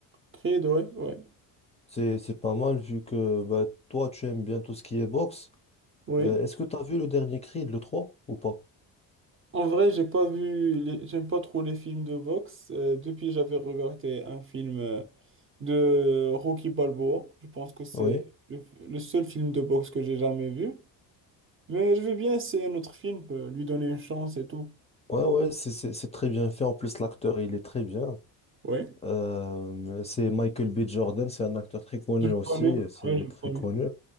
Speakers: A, on the right; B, on the left.
A: Creed, ouais, ouais,
B: C'est, c'est pas mal vu que bah, toi, tu aimes bien tout ce qui est boxe.
A: oui.
B: Euh, est-ce que tu as vu le dernier Creed, le 3 ou pas?
A: En vrai, j'ai pas vu, les- j'aime pas trop les films de boxe. Euh, depuis, j'avais regardé un film euh, de Rocky Balboa. Je pense que c'est
B: Oui.
A: le, le seul film de boxe que j'ai jamais vu. Mais je vais bien essayer un autre film, euh, lui donner une chance et tout.
B: Ouais, ouais, c'est c'est- c'est très bien fait. En plus, l'acteur, il est très bien.
A: Oui.
B: Euh, c'est Michael B. Jordan, c'est un acteur très connu
A: Je le
B: aussi.
A: connais.
B: C'est,
A: Ouais,
B: il
A: je
B: est
A: le
B: très
A: connais.
B: connu.